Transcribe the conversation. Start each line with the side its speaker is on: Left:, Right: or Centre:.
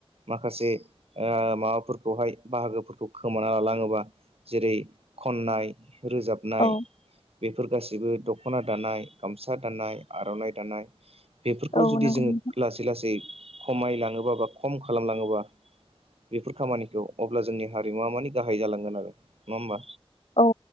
Right: माखासे माबाफोरखौ बेहाय बाहागोफोरखौ खोमाना लालाङोबा जेरै खन्नाय रोजाबनाय
Left: औ
Right: बेफोर गाैबो दख'ना दानाय गामसा दानाय आर'नाइ दानाय बेफोरखौ
Left: औ
Right: जुदि
Left: नंगौ
Right: जोङो
Left: नोंथां
Right: लासै लासै खमाय लाङोबा बा खम खालामलाङोबा बेफोर खामानिखौ अब्ला जोंनि हारिमुवा मानि गाहाय जालांगोन आरो नङा होमबा
Left: औ